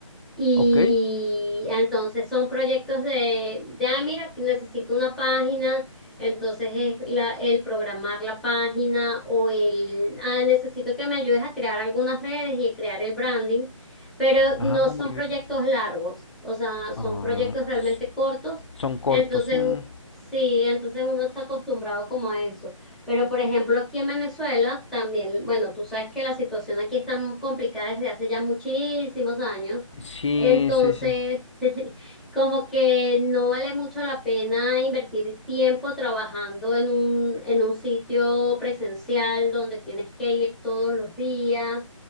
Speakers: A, in the centre; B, on the left.
A: Y
B: Ok.
A: entonces son proyectos de, de, ah, mira, que necesito una página, entonces es la- el programar la página o el, ah, necesito que me ayudes a crear algunas redes y crear el branding, pero
B: Ah,
A: no son
B: muy bien.
A: proyectos largos, o sea, son
B: Ah,
A: proyectos realmente
B: s-
A: cortos,
B: son cortos.
A: entonces
B: mm.
A: sí, entonces uno está acostumbrado como a eso. Pero por ejemplo, aquí en Venezuela también, bueno, tú sabes que la situación aquí está muy complicada desde hace ya muchísimos años.
B: Sí,
A: Entonces,
B: sí, sí.
A: <laughs> como que no vale mucho la pena invertir tiempo trabajando en un, en un sitio presencial donde tienes que ir todos los días